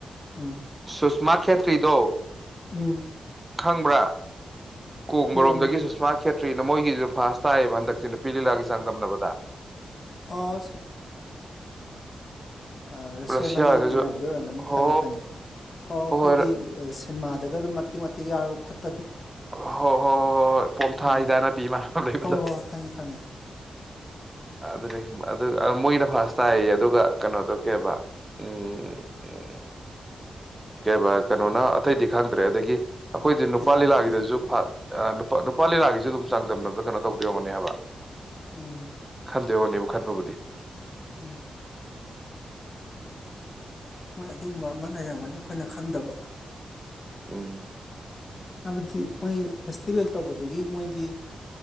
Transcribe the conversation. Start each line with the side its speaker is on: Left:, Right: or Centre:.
Left: ꯎꯝ
Right: ꯁꯨꯁꯃꯥ ꯈꯦꯇ꯭ꯔꯤꯗꯣ
Left: ꯎꯝ
Right: ꯈꯪꯕ꯭ꯔꯥ ꯀꯣꯡꯕꯔꯣꯝꯗꯒꯤ
Left: ꯍꯥꯏꯔꯛꯑꯣꯅꯦ
Right: ꯁꯨꯁꯃꯥ ꯈꯦꯠ ꯇꯔꯤꯅ ꯃꯣꯏꯒꯤꯁꯨ ꯐꯥꯁ ꯇꯥꯏꯌꯦꯕ ꯍꯟꯗꯛꯁꯦ ꯅꯨꯄꯤ ꯂꯤꯂꯥꯒꯤ ꯆꯥꯡꯗꯝꯅꯕꯗ
Left: ꯑꯣ ꯑ ꯔꯁꯤꯌꯥꯃꯅꯤꯒ
Right: ꯔꯁꯤꯌꯥꯒꯁꯨ
Left: ꯇꯤꯟꯅꯕꯗꫭ ꯑꯣꯏꯔꯝꯒꯅꯤ
Right: ꯍꯣ
Left: ꯈꯪꯉꯦ ꯈꯪꯉꯦ ꯑꯣ
Right: ꯍꯣꯏ
Left: ꯑꯈꯣꯏꯒꯤ
Right: ꯍꯣꯏ
Left: ꯁꯤꯃꯥꯥꯗꯒ ꯑꯗꯨꯝ ꯃꯇꯦꯛ ꯃꯇꯦꯛ ꯌꯥꯎꯔꯒ ꯐꯠ
Right: ꯍꯣꯏ ꯍꯣꯏ ꯍꯣꯏ ꯍꯣꯏ ꯍꯣꯏ ꯄꯣꯝꯊꯥ
Left: ꯎꯝ
Right: ꯍꯗꯥꯅ ꯕꯤꯃꯥꯟꯅꯕ ꯂꯩꯕꯗꯣ
Left: ꯍꯣꯏ ꯍꯣꯏ ꯈꯪꯉꯦ ꯈꯪꯉꯦ
Right: ꯑꯗꯨꯅꯤ ꯑꯗꯨ ꯃꯣꯏꯒꯤꯅ ꯐꯔꯁ ꯇꯥꯏꯌꯦ ꯑꯗꯨꯒ ꯀꯩꯅꯣꯗꫭ ꯀꯩꯕ ꯎꯝ ꯎꯝ ꯀꯩꯑꯕ ꯀꯩꯅꯣꯅ ꯑꯇꯩꯗꯤ ꯈꯪꯗ꯭ꯔꯦ ꯑꯗꯒꯤ ꯑꯈꯣꯏꯗꯤ ꯅꯨꯄꯥ
Left: ꯂꯤꯂꯥꯕꯇꯤ
Right: ꯂꯤꯂꯥꯒꯤꯗꯁꯨ ꯅꯨꯄꯥ ꯅꯨꯄꯥ ꯂꯤꯂꯥꯒꯤꯖꯨ ꯑꯗꯨꯝ ꯆꯥꯡꯗꯝꯅꯕꯗ ꯀꯩꯅꯣ ꯇꯧꯗꫭꯏ ꯑꫭꯏꯔꯝꯒꯅꯤ ꯍꯥꯏꯕ
Left: ꯎꯝ
Right: <unintelligible> ꯈꯠꯄꯥꯕꯨꯗꯤ
Left: ꯎꯝ ꯃꯣꯏ ꯑꯗꯨꯒꯨꯝꯕ ꯑꯃ ꯂꯩꯔꯝꯒꯅꯤ ꯑꯈꯣꯏꯅ ꯈꯪꯗꯕ
Right: ꯎꯝ
Left: ꯍꯥꯏꯕꯗꯤ ꯃꯣꯏ ꯐꯦꯁꯇꯤꯚꯦꯜ ꯇꯧꯕꯗꯨꯒꯤ ꯃꯣꯏꯒꯤ